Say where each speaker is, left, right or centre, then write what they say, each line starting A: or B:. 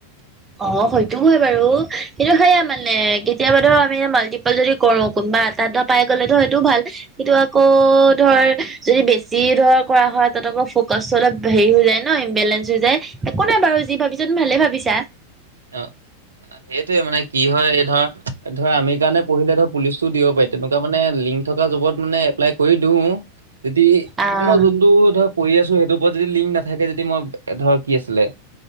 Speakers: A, on the right; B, on the right.
A: অঁ সেইটোও হয় বাৰু কিন্তু সেয়া মানে কেতিয়াবাতো আমি মাল্টি পাল যদি কৰো কোনোবা এটা এটা পাই গ'লেতো সেইটো ভাল। সেইটো আকৌ ধৰ যদি বেছি ধৰ কৰা হয় তাত আকৌ ফকাচটো অলপ হেৰি হৈ যায় ন ইম্বেলেঞ্চ হৈ যায় একো নাই বাৰু যি ভাবিছা তুমি ভালে ভাবিছা।
B: অঁ, সেইটোৱে মানে কি হয় এই ধৰ ধৰ আৰ্মিৰ কাৰণে পঢ়িলে ধৰ পুলিচটো দিব পাৰি, তেনেকুৱা মানে লিংক থকা জবত মানে এপলাই কৰি দিও, যদি
A: আহ
B: মই যোনটো ধৰ পঢ়ি আছো সেইটোৰ ওপৰত যদি লিংক নাথাকে যদি মই ধৰ কি আছিলে